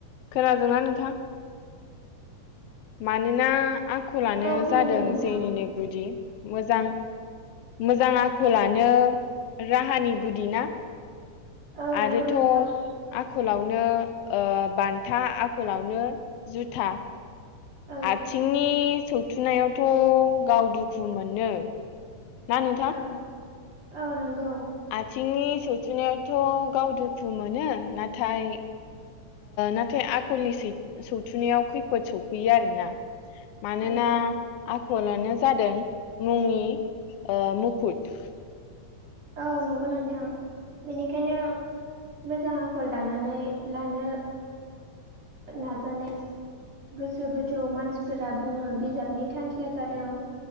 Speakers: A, on the left; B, on the right.
A: खोनादोंना नोंथां? मानोना आख'लानो
B: औ खोनादों
A: जादों
B: नोंथां
A: जेनिनो गुदि मोजां मोजां आखलानो राहानि गुदि ना?
B: औ
A: आरोथ'
B: नंगौ नोंथां
A: आ आख'लावनो बान्था आख'लावनो जुथा।
B: औ
A: आथिंनि सौथुनायावथ' गाव दुखु मोनो ना नोंथां?
B: औ औ नंगौ।
A: आथिंनि सौसुनायावथ' गाव दुखु मोनो नाथाय नाथाय आखलनि सौथुनायाव खैफोद सौफैयो आरोना। मानोना
B: औ
A: आख'लानो जादों मुंनि मुखुत। <inaudible>
B: औ नंगौ नोंथां। बेनिखायनो मोजां आखल दानानै लानो नाजानाय ने गोसो गोथौ मानसिफोरा बुङो बिजाबनि थांखिया जादों